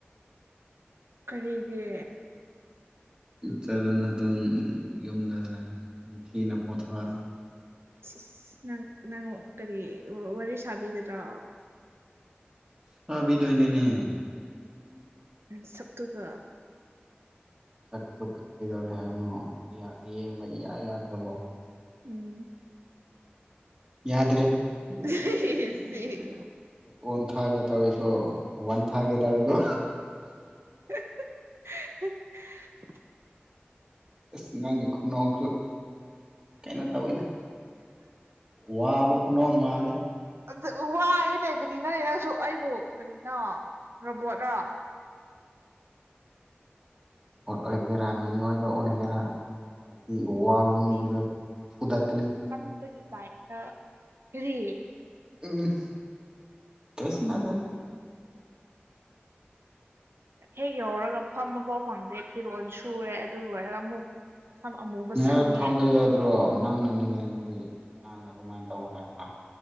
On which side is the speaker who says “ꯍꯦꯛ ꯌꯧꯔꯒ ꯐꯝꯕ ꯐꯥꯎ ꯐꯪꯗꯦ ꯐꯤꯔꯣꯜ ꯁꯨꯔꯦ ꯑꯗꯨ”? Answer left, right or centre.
Right